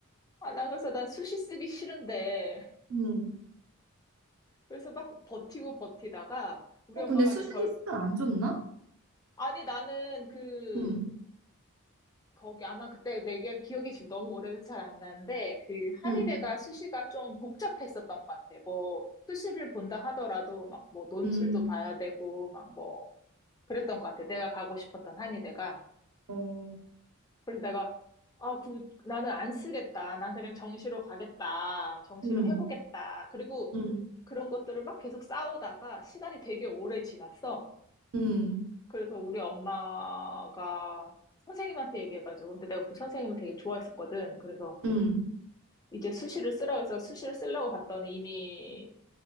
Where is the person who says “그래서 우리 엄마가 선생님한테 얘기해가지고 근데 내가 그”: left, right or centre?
Left